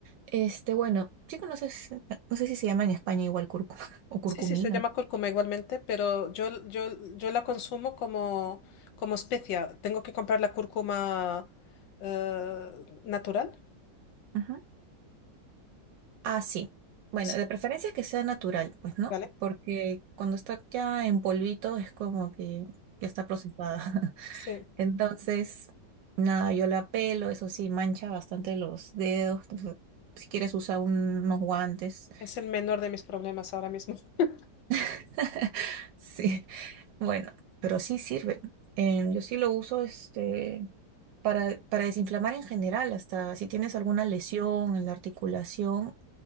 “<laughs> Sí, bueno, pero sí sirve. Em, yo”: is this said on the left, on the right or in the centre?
Right